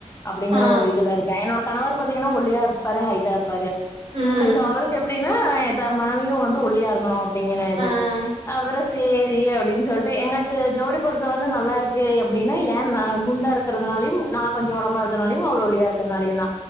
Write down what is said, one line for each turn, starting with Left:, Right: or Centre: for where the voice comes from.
Left: அப்படிங்ககற
Right: ஆ
Left: ஒரு இதுல இருக்கேன் என்னோட கணவர் பாத் தீங்கன்னா ஒள்ளியா இருப்பாரு ஹைட்டா இருப்பாரு
Right: ம்
Left: சோ அவுருக்கு எப்படி னு மனைவியும் வந்து ஒல்லியா இருக்கணும் டிங்கிற இது
Right: ஆ
Left: அப்புறம் செ ரி அப்படின்னு சொல்லிட்டு எங்களுக்கு ஜோடி பொறுத்தம் வந்து நல்லா இருக்கு அப்படின்னு ஏன் நான் குண்டா இருக்கிறதுனாலையும் நான் கொஞ்சம் உடம்ப இருக்கனாலையும் அவர் ஒல்லியா இருக் திறனாளியனா